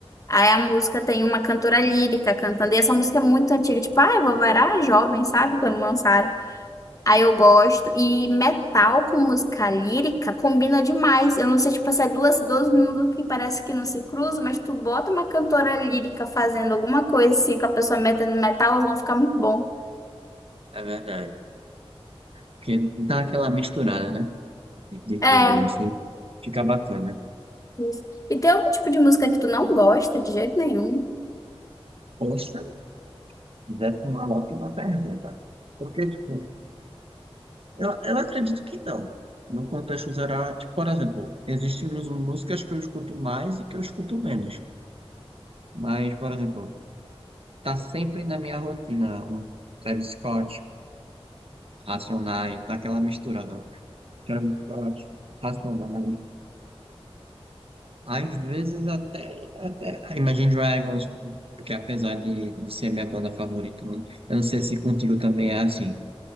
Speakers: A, on the left (about 35°); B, on the right (about 65°).
A: Aí a música tem uma cantora lírica cantando. E essa música é muito antiga, tipo, ai, vovó era jovem, sabe? Quando lançaram. Aí eu gosto. E metal com música lírica combina demais. Eu não sei, tipo, se é duas, dois mundos que parece que não se cruzam, mas tu bota uma cantora lírica fazendo alguma coisa assim, com a pessoa metendo metal, elas vão ficar muito bom.
B: É verdade. Porque dá aquela misturada, né? De, de
A: É.
B: tudo isso. Fica bacana.
A: isso. E tem algum tipo de música que tu não gosta de jeito nenhum?
B: Poxa, fizesse uma ótima pergunta. Porque, tipo, eu, eu acredito que não. No contexto geral, tipo, por exemplo, existem mus- músicas que eu escuto mais e que eu escuto menos. Mas, por exemplo, tá sempre na minha rotina um Travis Scott, Racionais, tá aquela misturada. Travis Scott, Racionais. Às vezes até, até ah, Imagine Dragons, porque apesar de, de ser minha banda favorita, eu não sei se contigo também é assim.